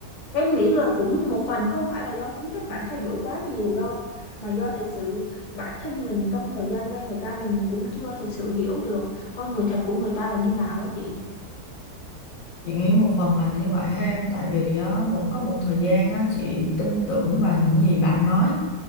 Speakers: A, on the left; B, on the left.
A: em nghĩ là cũng một phần không phải là do tính cách bạn thay đổi quá nhiều đâu mà do thật sự bản thân mình trong thời gian quen người ta mình cũng chưa thực sự hiểu được con người thật của người ta là như nào á chị
B: chị nghĩ một phần là như vậy á em tại vì á, một có một thời gian á, chị tin tưởng vào những gì bạn nói